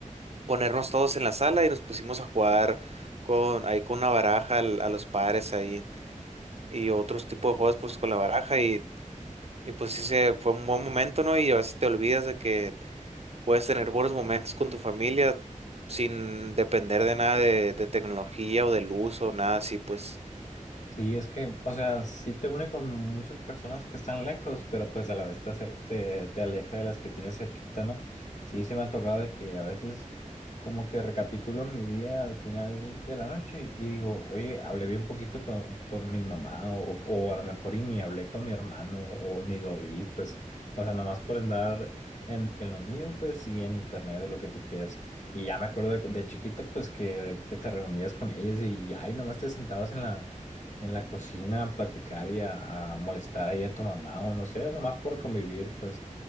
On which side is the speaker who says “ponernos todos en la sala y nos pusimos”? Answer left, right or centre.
Right